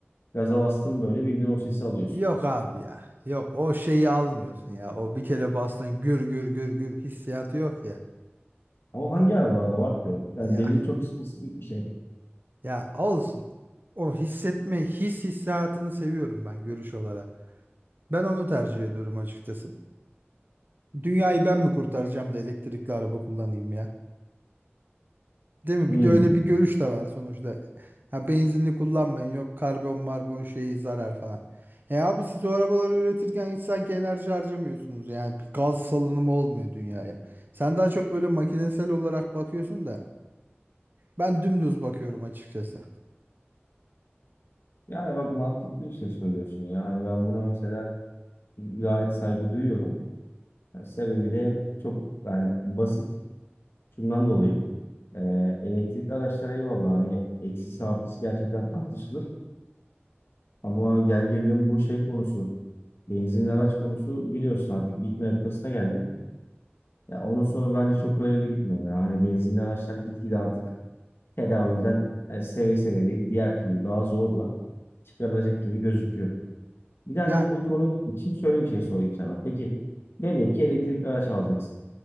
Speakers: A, on the left; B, on the right.
A: Gaza bastın böyle bildiğin o sesi alıyorsun.
B: yok abi ya. Yok o şeyi almıyorsun ya. O bir kere bastın gür gür gür gür hissiyatı yok ya.
A: Ama hangi
B: A-
A: arabalarda var ki o? Yani
B: Ya
A: dediğin çok spesifik bir şey.
B: ya olsun. O hissetme his hissiyatını seviyorum ben görüş olarak. Ben onu tercih ediyorum açıkçası. Dünyayı ben mi kurtaracağım da elektrikli araba kullanayım ya? Değil mi?
A: Hmm.
B: Bir de öyle bir görüş de var sonuçta. Ha benzinli kullanmayın yok karbon marbon şeyi zarar falan. E abi siz o arabaları üretirken hiç sanki enerji harcamıyorsunuz. Yani bir gaz salınımı olmuyor dünyaya. Sen daha çok böyle makinesel olarak bakıyorsun da ben dümdüz bakıyorum açıkçası.
A: Yani bak mantıklı bir şey söylüyorsun ya. Hani ben buna mesela gayet saygı duyuyorum. Yani sebebi de çok yani basit. Şundan dolayı. Ee, elektrikli araçlara eyvallah hani eksisi artısı gerçekten tartışılır. Ama gel gelelim bu şey konusu. Benzinli araç konusu biliyorsun artık bitme noktasına geldi. Ya onun sonu bence çok hayırlı gitmiyor. Yani hani benzinli araçlar gitgide artık tedavülden yani seve seve değil diğer türlü daha zorla çıkarılacak gibi gözüküyor. Bir de hani
B: Ya
A: bu konu için şöyle bir şey sorayım sana. Peki velev ki elektrikli araç alacaksın.